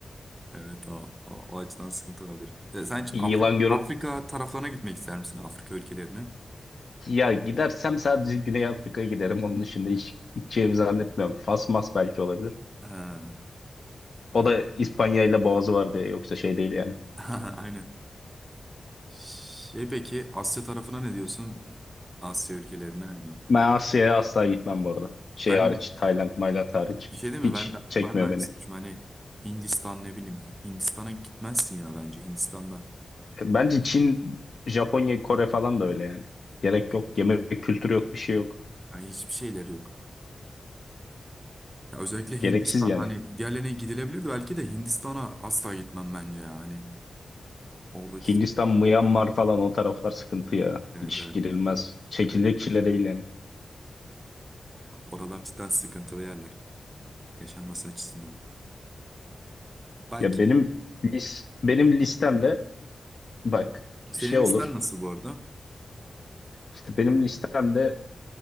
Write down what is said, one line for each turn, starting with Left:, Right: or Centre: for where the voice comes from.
Right: Evet o, o, o açıdan sıkıntı olabilir. Ee, sen hiç
Left: Yılan
Right: Afrika,
Left: gör
Right: Afrika taraflarına gitmek ister misin? Afrika ülkelerine?
Left: Ya gidersem sadece Güney Afrika'ya giderim. Onun dışında hiç gideceğimi zannetmiyorum. Fas mas belki olabilir.
Right: Ha, öyle.
Left: O da İspanya ile boğazı var diye yoksa şey değil yani.
Right: <laughs> Aynen. Şey peki Asya tarafına ne diyorsun? Asya ülkelerine ne?
Left: Ben Asya'ya asla gitmem bu arada. Şey
Right: Ben
Left: hariç, Tayland, Maylat hariç.
Right: Bir şey değil
Left: Hiç
Right: mi? Ben de,
Left: çekmiyor
Right: ben de aynısını
Left: beni.
Right: düşünüyorum. Hani Hindistan ne bileyim. Hindistan'a gitmezsin ya bence Hindistan'da.
Left: E, Bence Çin, Japonya, Kore falan da öyle yani. Gerek yok. Yemek kültürü yok, bir şey yok.
Right: Yani hiçbir şeyleri yok. Ya özellikle
Left: Gereksiz
Right: Hindistan
Left: yani.
Right: hani diğerlerine gidilebilirdi belki de Hindistan'a asla gitmem bence ya. Hani oradaki
Left: Hindistan, Myanmar falan o taraflar sıkıntı ya.
Right: evet,
Left: Hiç
Right: evet.
Left: girilmez. Çekilecek çile değil yani.
Right: Oralar cidden sıkıntılı yerler yaşanması açısından. Belki
Left: Ya benim lis benim listemle bak
Right: senin
Left: şey olur.
Right: listen nasıl bu arada?
Left: İşte benim listemde